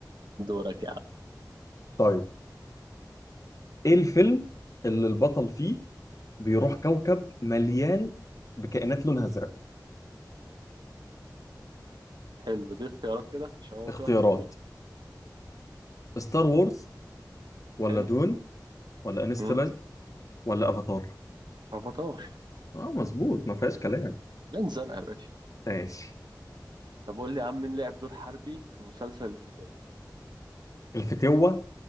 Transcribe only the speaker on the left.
طيب ايه الفيلم اللي البطل فيه بيروح كوكب مليان بكائنات لونها ازرق
اختيارات
ستار وورز ولا
دون ولا انستلايف
ولا افاتار
اه مظبوط ما فيهاش كلام
ماشي
الفتوة